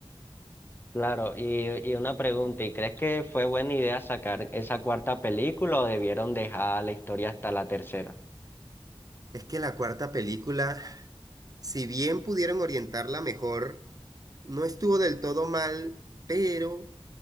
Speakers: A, on the left; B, on the right.
A: claro, y, y una pregunta, ¿y crees que fue buena idea sacar esa cuarta película o debieron dejar la historia hasta la tercera?
B: Es que la cuarta película, si bien pudieron orientarla mejor, no estuvo del todo mal, pero